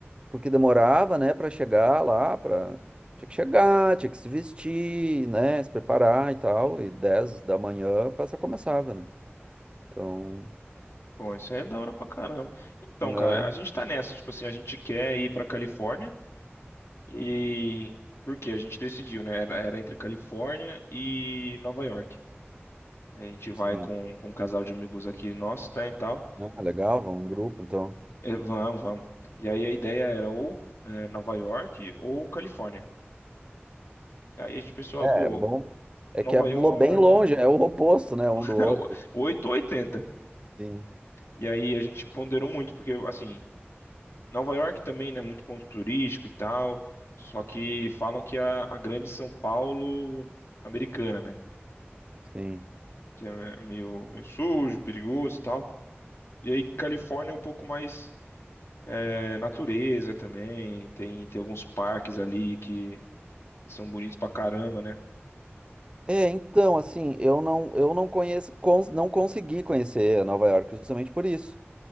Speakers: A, on the right; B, on the left.
A: porque demorava, né, Pra chegar lá, para tinha que chegar, tinha que se vestir, né, se preparar e tal, e 10 da manhã a peça começava, né? Então,
B: Pô, isso aí é da hora pra caramba. Então,
A: né,
B: cara, a gente tá nessa, tipo assim, a gente quer ir pra Califórnia e por quê? A gente decidiu, né? Era, era entre Califórnia e Nova York. A gente vai
A: sim.
B: com, com um casal de amigos aqui nosso, tá, e tal.
A: Ah, legal, vão em grupo, então.
B: É, Vamos, vamos. E aí a ideia era ou é, Nova York ou Califórnia. E aí a gente pensou,
A: É,
B: ah, pô,
A: é bom. É
B: Nova
A: que é lo-
B: York,
A: bem longe, é o oposto, né, um
B: <laughs>
A: do outro.
B: 8 ou 80.
A: Sim,
B: E aí a gente ponderou muito, porque assim, Nova York também, né, muito ponto turístico e tal. Só que falam que a, a grande São Paulo americana, né?
A: sim.
B: Que é meio, meio sujo, perigoso e tal. E aí Califórnia é um pouco mais é, natureza também. Tem, tem alguns parques ali que que são bonitos pra caramba, né?
A: É, então, assim, eu não, eu não conheço, cons- não consegui conhecer Nova York justamente por isso.